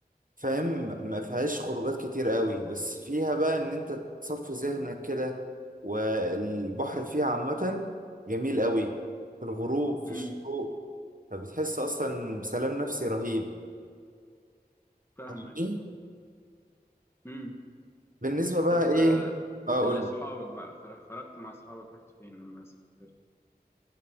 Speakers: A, on the right (about 55°); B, on the left (about 15°).
A: فاهم ما فيهاش خروجات كتير قوي بس فيها بقى ان انت تصفي ذهنك كده والبحر فيها عامة جميل قوي في الغروب في
B: امم
A: الشروق فبتحس اصلا بسلام نفسي رهيب
B: فاهمك
A: فاهمني؟
B: امم
A: بالنسبة بقى
B: طب
A: ايه
B: آه،
A: اقول
B: اللي اصحابك بقى خر- خرجت مع اصحابك رحت فين لما سافرت